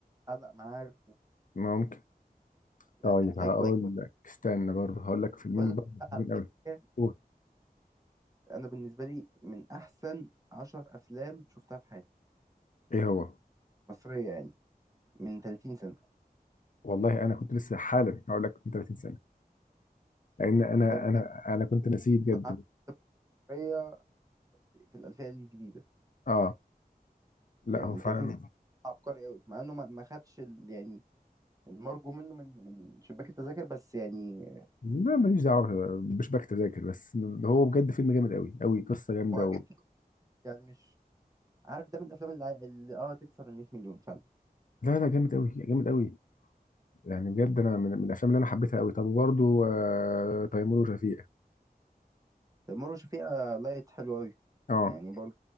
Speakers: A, on the right; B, on the left.
A: علق معاك
B: ممكن
A: ويعني
B: طيب
A: هتلاقي
B: هقول
A: كويس
B: لك استنى برضه هقول لك فيلمين
A: أقول لك
B: برضه
A: بقى على
B: حلوين قوي
A: حاجة
B: قول.
A: أنا بالنسبة لي من أحسن عشر أفلام شفتها في حياتي
B: ايه هو
A: مصرية يعني من 30 سنة
B: والله انا كنت لسه حالا هقول لك من 30 سنه لان انا
A: ده
B: انا انا كنت ناسيه بجد
A: بيحصل عبقرية في الألفية الجديدة
B: اه لا
A: يعني
B: هو
A: من
B: فعلا
A: 30 سنة عبقري قوي مع إنه ما ما خدش ال- يعني المرجو منه من من شباك التذاكر بس يعني
B: لا ماليش دعوه مش بكتب تذاكر بس هو بجد فيلم جامد قوي قوي قصه جامده
A: معجب
B: و...
A: يعني مش عارف ده من الافلام اللي, عاي- اللي اه تكسر ال 100 مليون فعلا
B: لا لا جامد قوي جامد قوي يعني بجد انا من, من الافلام اللي انا حبيتها قوي طب وبرده آه تيمور وشفيقة
A: المرة شفيقة لايت حلو قوي
B: اه
A: يعني برضه